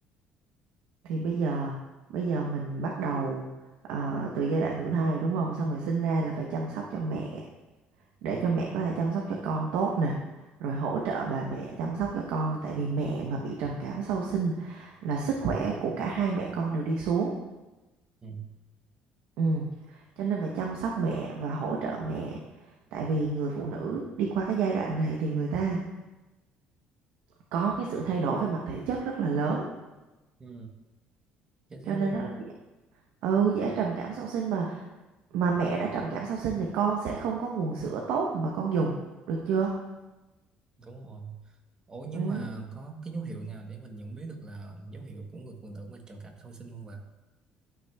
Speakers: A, on the right; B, on the right.
A: Thì bây giờ bây giờ mình bắt đầu ờ, từ giai đoạn thụ thai đúng không? Xong rồi sinh ra là phải chăm sóc cho mẹ để cho mẹ có thể chăm sóc cho con tốt nè rồi hỗ trợ bà mẹ chăm sóc cho con tại vì mẹ mà bị trầm cảm sau sinh là sức khỏe của cả hai mẹ con đều đi xuống
B: ừ.
A: ừ. cho nên phải chăm sóc mẹ và hỗ trợ mẹ tại vì người phụ nữ đi qua cái giai đoạn này thì người ta có cái sự thay đổi về mặt thể chất rất là lớn
B: Ừ. Chết
A: cho
B: thế luôn
A: nên rất là dễ ừ dễ trầm cảm sau sinh mà mà mẹ đã trầm cảm sau sinh thì con sẽ không có nguồn sữa tốt mà con dùng được chưa
B: đúng rồi ủa nhưng
A: ừ
B: mà có cái dấu hiệu nào để mình nhận biết được là dấu hiệu của người phụ nữ mà trầm cảm sau sinh không bà